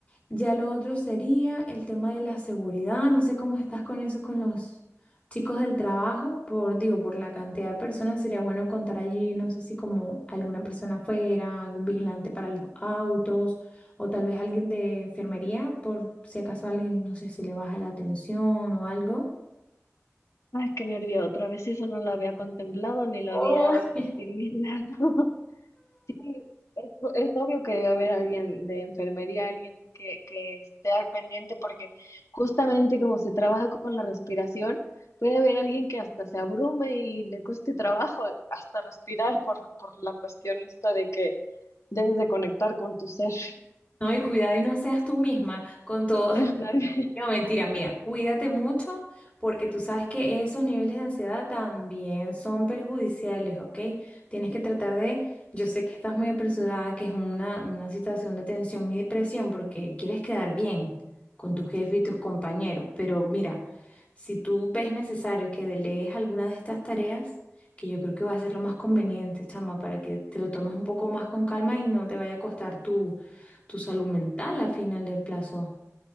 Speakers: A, on the left (about 25°); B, on the left (about 75°).
A: Ya lo otro sería el tema de la seguridad. No sé cómo estás con eso con los chicos del trabajo. Por, digo, por la cantidad de personas sería bueno contar allí, no sé si como alguna persona afuera, algún vigilante para los autos o tal vez alguien de enfermería por si acaso alguien, no sé si le baja la atención o algo.
B: Ay, qué nervio. Otra vez eso no lo había contemplado ni lo
A: Oh,
B: había
A: <laughs>
B: asimilado. <laughs> Sí, es, es obvio que debe haber alguien de enfermería, alguien que, que esté al pendiente, porque justamente como se trabaja con la respiración, puede haber alguien que hasta se abrume y le cueste trabajo hasta respirar por, por la cuestión esta de que debes de conectar con tu ser.
A: No, y cuidado y no seas tú misma con todo.
B: <laughs> <laughs>
A: No, mentira, mira, cuídate mucho porque tú sabes que esos niveles de ansiedad también son perjudiciales, ¿ok? Tienes que tratar de, yo sé que estás muy apresurada, que es una, una situación de tensión y depresión porque quieres quedar bien con tu jefe y tus compañeros, pero mira, si tú ves necesario que delegues alguna de estas tareas, que yo creo que va a ser lo más conveniente, chama, para que te lo tomes un poco más con calma y no te vaya a costar tu, tu salud mental a final del plazo.